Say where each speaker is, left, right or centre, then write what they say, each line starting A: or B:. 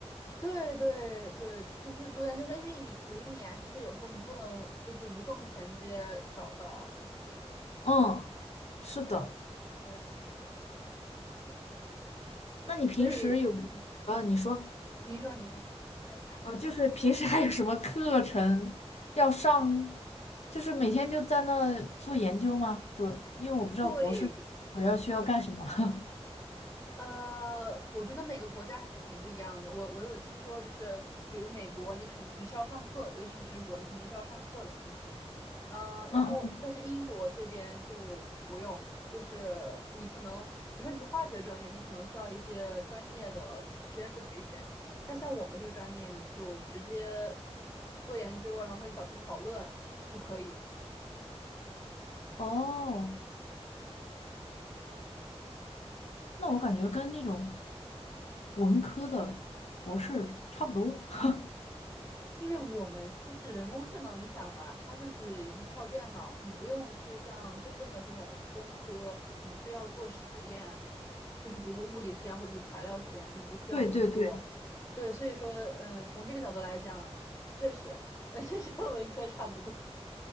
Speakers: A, on the left; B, on the left.
A: 对对对，就是读研究生，因为你读一年，其实有时候你不能就是无缝衔接找到，
B: 嗯，是的。
A: 对，
B: 那你平时有，
A: 所以。嗯。
B: 呃，你说。
A: 你说，你说，你先说。
B: 呃，就是平时还有什么课程要上？就是每天就在那做研究吗？主，因为我不知道博士主要需要干什么。
A: 对，
B: <laughs>
A: 呃，我觉得每个国家还是挺不一样的。我我有听说，就是比如美国，你肯你是要上课的，尤其是直播，你肯定是要上课的。前几年，呃，
B: 嗯嗯，
A: 然后但是英国这边就不用，就是你可能，比如说你是化学专业，你可能需要一些专业的实实验室培训，但像我们这个专业，你就直接做研究，然后和你导师讨论。就可以。
B: 哦，那我感觉跟那种文科的博士差不多。<laughs>
A: 因为我们就是人工智能，你想吧，它就是依靠电脑，你不用去像真正的这种工科，你去要做实验，就是比如说物理实验或者是材料实验，你不需要去做。
B: 对对对，
A: 对，所以说，嗯，从这个角度来讲，确实，<laughs> 呃，确实和文科差不多。